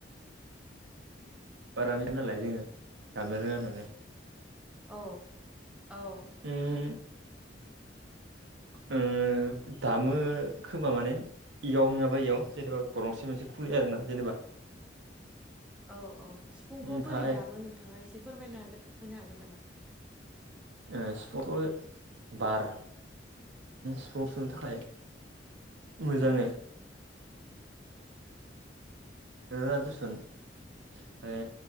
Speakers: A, on the right (about 85°); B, in the centre.
A: बारा बिदि नालाय जोङो दामनो रोङा नालाय।
B: औ औ
A: उम उम दामो खोमा माने? इयाव नङाबा इयाव जेनेबा गरंसे मोनसे खुलियो आरो ना जेनेबा
B: औ औ सिफुंखौ
A: ओमफ्राय
B: बोरै दामो नोंथाङा एसे फोरमायनो हागोन होनो हागोन नामा?
A: ओ सिफुंखौ बार सिफुं सुनो थाखाय मोजाङै
B: औ
A: नोङो दुसुन माने